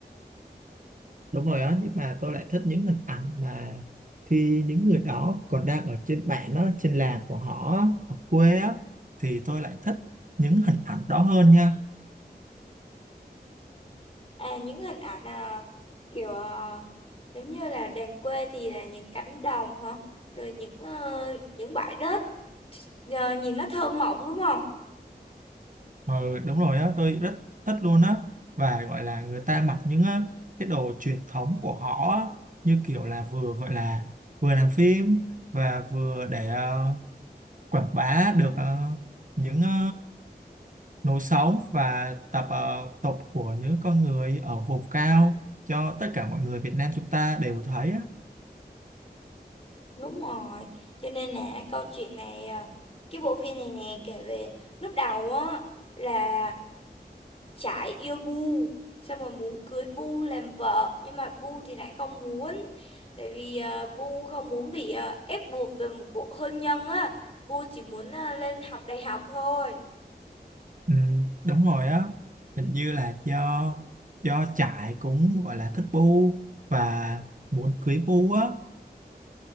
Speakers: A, on the right; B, on the left.
A: Đúng rồi á, nhưng mà tôi lại thích những hình ảnh mà khi những người đó còn đang ở trên bản đó, trên làng của họ á, ở quê á, thì tôi lại thích những hình ảnh đó hơn nha
B: À những hình ảnh à, kiểu ờ, giống như là đàn quê thì là những cánh đồng hả rồi những ờ, những bãi đất ờ, nhìn nó thơ mộng đúng không
A: Ờ, đúng rồi á, tôi rất thích luôn á và gọi là người ta mặc những ờ, cái đồ truyền thống của họ á, như kiểu là vừa gọi là vừa làm phim và vừa để ờ, quảng bá được ờ, những ờ, lối sống và tập ờ, tục của những con người ở vùng cao cho tất cả mọi người Việt Nam chúng ta đều thấy á.
B: đúng rồi cho nên là câu chuyện này ờ, cái bộ phim này nè kể về lúc đầu á là Trải yêu Bu xong rồi muốn cưới Bu làm vợ nhưng mà Bu thì lại không muốn tại vì ờ, Bu không muốn bị ờ, ép buộc từ một cuộc hôn nhân á Bu chỉ muốn ờ, lên học đại học thôi
A: Ừ, đúng rồi á, hình như là do do trại cũng gọi là thích bu và muốn cưới bu á